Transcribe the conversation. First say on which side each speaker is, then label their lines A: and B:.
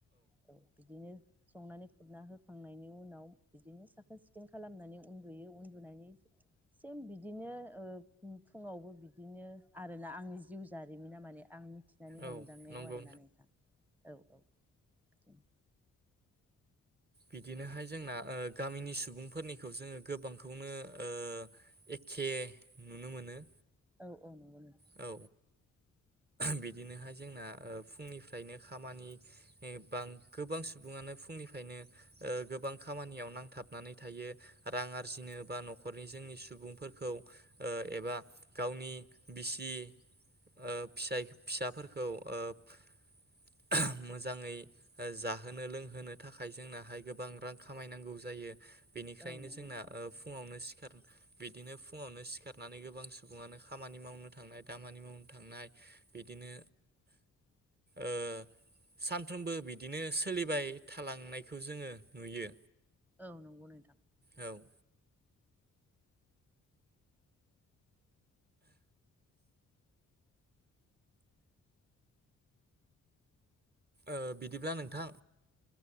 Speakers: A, in the centre; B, on the right.
A: औ बिदिनो संनानै खुरना होखांनायनि उनाव बिदिनो साखोन सिखोन खालामनानै उन्दुयो उन्दुनानै सेम बिदिनो ओ उम फुङावबो बिदिनो आरो ला आंनि जिउ जारिमिना माने आं मिथिनानै
B: औ
A: हमदांनायाव
B: नंगौ
A: आरोना नोंथां औ औ
B: बिदिनोहाय जोंना ओ गामिनि सुबुंफोरनिखौ जोङो गोबांखौनो ओ एखे नुनो मोनो।
A: औ औ नंगौ नोंथां
B: औ बिदिनोहाय जोंना ओ फुंनिफ्रायनो खामानि‌ ए बां गोबां सुबुङानो फुंनिफ्रायनो ओ गोबां खामानियाव नांथाबनानै थायो रां आरजिनो बा नखरनि जोंनि सुबुंफोरखौ ओ एबा गावनि बिसि ओ फिसाफोरखौ ओ <unintelligible> मोजाङै जाहोनो लोंहोनो थाखाय जोंनाहाय गोबां रां खामायनांगौ जायो। बेनिखायनो
A: औ नंगौ
B: जोंना
A: नोंथां
B: ओ फुङावनो सि खार बिदिनो फुङावनो सिखारनानै गोबां सुबुङानो खामानि मावनो थांनाय दामानि मावनो थांनाय बिदिनो ओ सानफ्रोमबो बिदिनो सोलिबाय थालांनायखौ जोङो नुयो।
A: औ नंगौ नोंथां।
B: औ ओ बिदिब्ला नोंथां